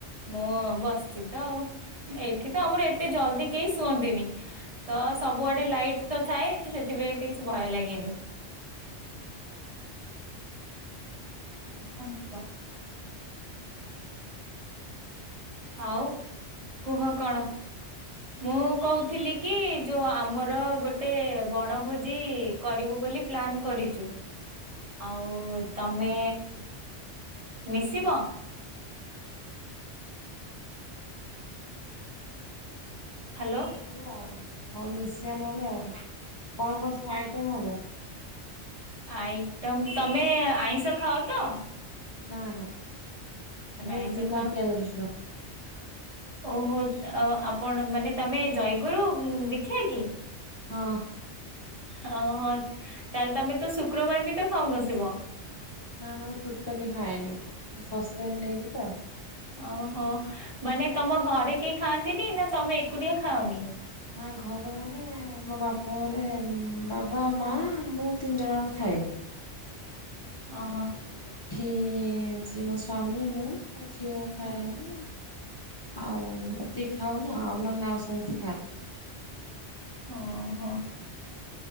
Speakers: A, on the right; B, on the left.
A: ମୁଁ ବସିଛି ତ ଆଉ ଏଇଠି ତ ଆମର ଏତେ ଜଲଦି କେହି ଶୁଅନ୍ତିନି। ତ ସବଆଡ଼େ ଲାଇଟ ତ ଥାଏ ସେଥିପାଇଁ ଏତେ କିଛି ଭୟ ଲାଗେନି।
B: ଓହୋ।
A: ହଉ କଣ କୁହ? ଆଉ କୁହ କଣ? ମୁଁ କହୁଥିଲି କି ଯୋଉଁ ଆମର ଗୋଟେ ବଣଭୋଜି କରିବୁ ବୋଲି ପ୍ଲାନ୍ କରିଚୁ।
B: ହଉ
A: ଆଉ ତମେ ମିଶିବ?
B: ହଉ ମିଶିବା
A: ହ୍ୟାଲୋ।
B: ନ ହେଲେ ଆଉ ହଉ ମିଶିବା ନହେଲେ ଆଉ କଣ କଣ ସବୁ ଆଇଟମ ହବ?
A: ଆଇଟମ ତମେ ଆଇଁଷ ଖାଅ ତ?
B: ନାଁ ନାଁ
A: ତମେ
B: ମୁଁ
A: ଆଇଁଷ
B: ବିନା
A: ଖାଅ
B: ପିଆଜ, ରସୁଣ।
A: ଓହୋ, ଆପଣ ମାନେ ତମେ ଜୟଗୁରୁ ଦୀକ୍ଷା କି?
B: ହଁ।
A: ଓହୋ! ତାହେଲେ ତମେ ତ ଶୁକ୍ରବାର ବି ତ ଖାଉନଥିବ?
B: ନା, ନା ମୁଁ ଟୋଟାଲି ଖାଏନି ମୁଁ ଶସ୍ତ୍ଵନି ନେଇଚି ତ।
A: ଓହୋ, ମାନେ ତମ ଘରେ କେହି ଖାଆନ୍ତିନି ନା ତମେ ଏକୁଟିଆ ଖାଅନି?
B: ମାଇଁ ଘରେ ମାନେ ମୋ ବାପଘରେ ବାବା, ମା, ମୁଁ ତିନି ଜଣ ଆମେ ଖାଏନି। ଆଉ
A: ଓହୋ
B: ଏଠି ଅଛି ମୋ ସ୍ଵାମୀ, ମୁଁ। ମୋ ଝିଅ ଖାଏନି
A: ହଁ
B: ଆଉ ଏତିକି ଖାଉନି ଆଉ ନନେ ଆଉ ସମସ୍ତେ ଖାଆନ୍ତି।
A: ଓ ହୋ।